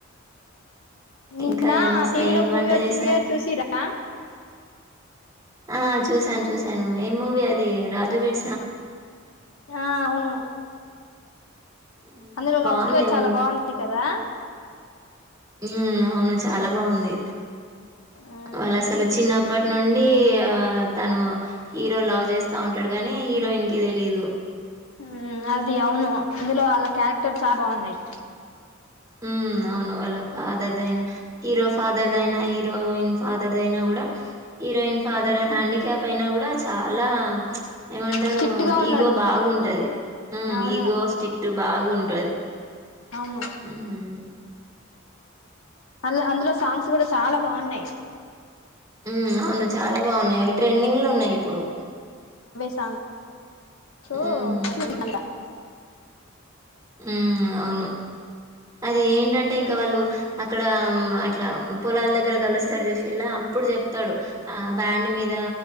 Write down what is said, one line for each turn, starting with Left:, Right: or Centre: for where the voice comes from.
Left: నిన్న
Right: ఇంకా ఏం చేస్
Left: టీవీలో
Right: ఏం
Left: మూవీ
Right: వంట
Left: వచ్చింది
Right: చేశారు.
Left: కదా చూసిరా
Right: ఆ చూశాన్ చూశాను ఏం మూవీ అది రాజువెడ్
Left: ఆ అవును.
Right: మ్మ్,
Left: అందులో లవ్
Right: బాగుంది
Left: స్టోరీ
Right: ఆ
Left: చాలా బాగుంది కదా
Right: మ్ అవును చాలా బాగుంది.
Left: మ్మ్
Right: వాళ్ళసలు చిన్నప్పట్ నుం డీ ఆ తను హీరో లవ్ చేస్తా ఉంటడు గనీ హీరోయిన్ కి తెలీదు
Left: ఉమ్ అది అవును అందులో ఆళ్ళ క్యారెక్టర్ చ బాగున్నయి.
Right: మ్ అవును వాళ్ళ ఫాదర్దయిన హీరో ఫాదర్దయినా హీరోయిన్ ఫాదర్దయినా గుడా హీరోయిన్ ఫాదర్ హ్యాండిక్యాప్ అయినా గుడా చాలా ఏమంటరు
Left: స్ట్రిక్ట్ గా ఉన్నాడు
Right: ఈగో బాగుంటది. మ్
Left: అవును
Right: ఈగో స్టిట్ బాగుంటది.
Left: అవును.
Right: హ్మ్.
Left: అల్ అందులో సాంగ్స్ గుడా చాలా బాగున్నయి.
Right: మ్ అవును చాలా బాగున్నయి అవి ట్రెండింగ్లో ఉన్నయి ఇప్పుడు
Left: త సో
Right: హ్మ్.
Left: మంచి <unintelligible>
Right: ఉమ్ అవును. అది ఏంటంటే ఇంకా వాళ్ళు అక్కడా అట్లామ్ పొలల్ దగ్గర కలుస్తర్ చూసింల అప్పుడ్ చెప్తడు ఆ బ్యాండ్ మీద